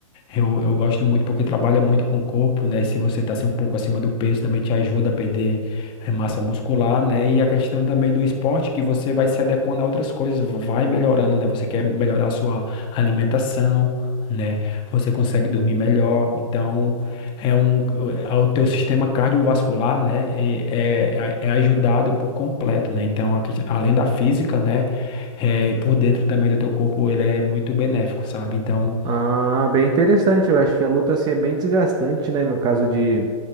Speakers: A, on the left (about 30°); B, on the right (about 25°).
A: Eu, eu gosto muito porque trabalha muito com o corpo, né? Se você tá assim, um pouco acima do peso, também te ajuda a perder eh, massa muscular, né? E a questão também do esporte, que você vai se adequando a outras coisas, vai melhorando, né? Você quer melhorar a sua alimentação, né? Você consegue dormir melhor. Então, é um, é o teu sistema cardiovascular, né? e- É, é, é ajudado por completo, né? Então, a questão- além da física, né? eh, por dentro também do teu corpo, ele é muito benéfico, sabe? Então.
B: Ah, bem interessante. Eu acho que a luta assim é bem desgastante, né? No caso de